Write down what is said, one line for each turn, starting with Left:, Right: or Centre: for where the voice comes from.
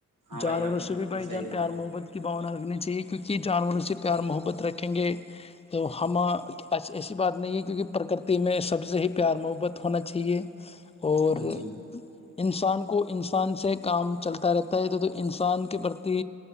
Right: ہاں
Left: جانوروں
Right: بھائی آپ نے
Left: سے بھی
Right: بالکل
Left: بھائی
Right: صحیح
Left: جان
Right: کہا
Left: پیار محبت کی باونا رکھنی چاہیے کیونکہ جانوروں سے پیار محبت رکھیں گے تو ہم ایسی بات نہیں ہے کیونکہ پرکرتی میں سب سے ہی پیار محبت ہونا چاہیے اور
Right: ہاں جی
Left: انسان کو انسان سے کام چلتا رہتا ہے تو تو انسان کے پرتی